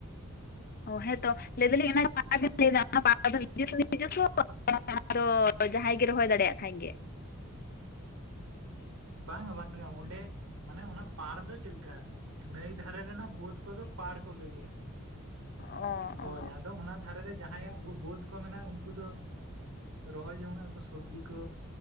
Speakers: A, on the left; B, on the right.
A: ᱚ ᱦᱮᱸᱛᱚ ᱞᱟᱹᱭ ᱫᱟᱞᱤᱧ ᱚᱱᱟ ᱯᱟᱲᱟᱜᱤᱱ ᱞᱟᱹᱭ ᱫᱟ <unintelligible> ᱡᱟᱦᱟᱸᱭ ᱜᱮ ᱨᱚᱦᱚᱭ ᱫᱟᱲᱮᱭᱟᱜ ᱠᱷᱟᱱ ᱜᱮ
B: ᱵᱟᱝᱟ ᱵᱟᱝᱟ ᱚᱸᱰᱮ ᱢᱟᱱᱮ ᱚᱱᱟ ᱯᱟᱲ ᱫᱚ ᱪᱮᱫ ᱞᱮᱠᱟ ᱱᱟᱹᱭ ᱫᱷᱟᱨᱮ ᱨᱮᱱᱟᱜ ᱵᱟᱹᱫᱽ ᱠᱚᱫᱚ ᱯᱟᱲ ᱠᱚ ᱞᱟᱹᱭᱟ
A: ᱚ
B: ᱦᱳᱭ
A: ᱚ
B: ᱟᱫᱚ ᱚᱱᱟ ᱫᱷᱟᱨᱮ ᱮ ᱨᱮ ᱡᱟᱦᱟᱸᱭᱟᱜ ᱵᱟᱹᱫ ᱠᱚ ᱢᱮᱱᱟᱜ ᱩᱱᱠᱩ ᱫᱚ ᱨᱚᱦᱚᱭ ᱡᱚᱝᱱᱟᱜ ᱠᱚ ᱥᱚᱵᱡᱤ ᱠᱚ